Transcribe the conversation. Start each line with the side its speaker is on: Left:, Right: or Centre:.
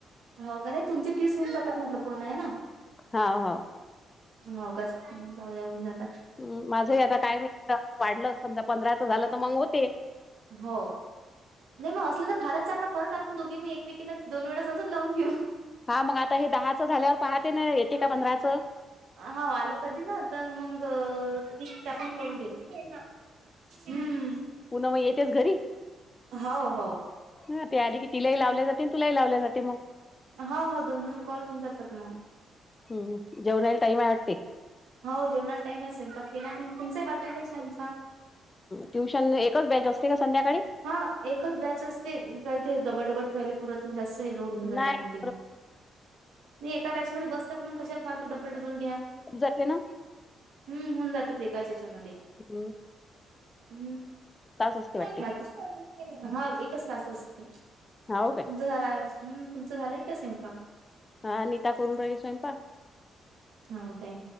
Right: हो का, नाही तुमचे तीस होऊन जातात. म्हटलं पूर्ण हेना.
Left: हा हा. ‌
Right: हां उगच जाऊया उन्हात.
Left: ह माझं आता काय माहिती, वाढलं समधा पंधराचं झालं तर मग होते.
Right: हो, नाही मग असलं तर फारच चांगलं परत आप दोघी मी एकमेकीना दोन वेळास अजून लावून घेऊ.
Left: हा मग आता हे दहाचं झाल्यावर पाहते ना, येते का पंधराचं.
Right: हा आलं कधी ना तर मग, <unintelligible> करून घेऊ. हम्म
Left: पुनम मग येतेच घरी.
Right: हो हो
Left: ह तेरी की तिलाही लावले जाते, तुलाही लावले जाते मग.
Right: हो हो, दोन दोन कॉल होऊन जातात मग.
Left: हम्म, जेवणाला टाईम आवटते.
Right: हो जेवणाला टाम असे, पत् केला आणि तुमचंही बाकीचा आमचा.
Left: ट्युशन एकच बॅच असते, का संध्याकाळी.
Right: हा एकच बॅच असते, काही ते डबडबट <unintelligible> पुरात मी जास्त लोड होऊन जाते
Left: नाही
Right: मग ते. नाही एका बॅचमध्ये‌ बसतात ना, मग कशाला फालतू डबलडबल घ्या.
Left: जाते ना
Right: हम्म, होऊन जातच एकाच हेच्यामध्ये.
Left: अमं..
Right: हम्
Left: असते वाटते
Right: बाकी हा, एकच तास असते.
Left: हौव काय.
Right: तुमचं झारा हम्म. तुमचं झालंय का स्वयंपाक.
Left: अनिता करून राहिली स्वयंपाक.
Right: हो काय